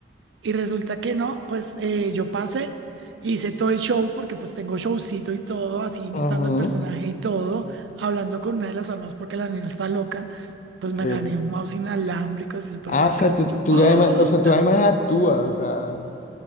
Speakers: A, on the right; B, on the left.
A: Y resulta que no, pues eh, yo pasé, hice todo el show, porque pues tengo showcito y todo, así imitando
B: ujú,
A: el personaje y todo, hablando con una de las armas porque la nena está loca. Pues
B: Sí.
A: me gané un mouse inalámbrico así súper
B: Ah,
A: bacano.
B: o sea, tú,
A: Y yo,
B: tú
A: ¡ah!
B: además, o sea, tú además actúas, o sea.